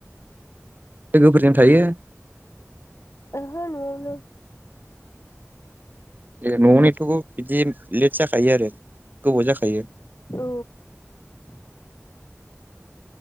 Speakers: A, on the right; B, on the left.
A: लोगोफोरजों थायो।
B: ओहो नयावनो।
A: ए न'यावनो एथ' गो बिदि लेट जाखायो आरो गोबाव जाखायो।
B: औ।